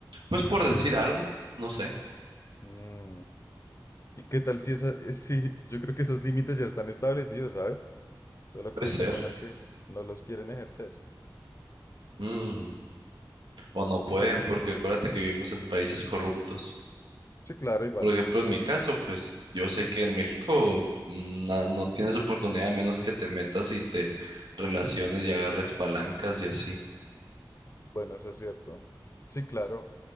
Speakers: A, on the right; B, on the left.
A: Pues por decir algo, no sé,
B: Mm, ¿Y qué tal si esa, eh, sí, yo creo que esos límites ya están establecidos, ¿sabes? Solo
A: puede
B: que hay
A: ser.
B: personas que no los quieren ejercer.
A: Mm, O no pueden,
B: Bueno,
A: porque acuérdate que vivimos en países corruptos.
B: sí, claro, igual.
A: Por ejemplo, en mi caso, pues yo sé que en México mm, na- no tienes oportunidad a menos que te metas y te relaciones y agarres palancas y así.
B: Bueno, eso es cierto. Sí, claro.